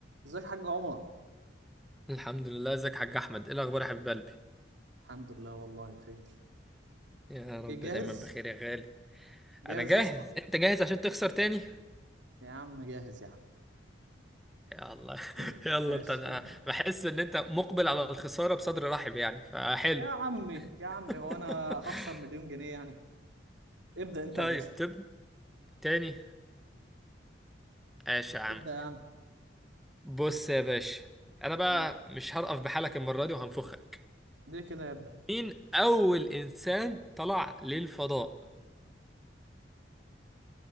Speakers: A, on the right; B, in the centre.
A: ازيك يا حاج عمر
B: الحمد لله ازيك يا حاج احمد ايه الاخبار يا حبيب قلبي
A: الحمد لله والله بخير
B: يا
A: ايه
B: رب
A: جاهز
B: دايما بخير يا غالي
A: جاهز
B: انا جاهز
A: يا اسطى
B: انت جاهز عشان تخسر تاني
A: يا عم جاهز يا عم
B: يلا <laughs>
A: <laughs>
B: يلا
A: ماشي
B: انت انا بحس ان انت مقبل على الخساره بصدر رحب يعني فحلو
A: يا عمي يا عمي
B: <laughs>
A: هو انا هخسر مليون جنيه يعني ابدأ انت
B: طيب
A: يا باشا
B: تب تاني ماشي يا عم
A: ابدأ يا عم
B: بص يا باشا انا بقى
A: مم.
B: مش هرقف بحالك المره دي وهنفخك
A: ليه كده يا ابني
B: مين اول انسان طلع للفضاء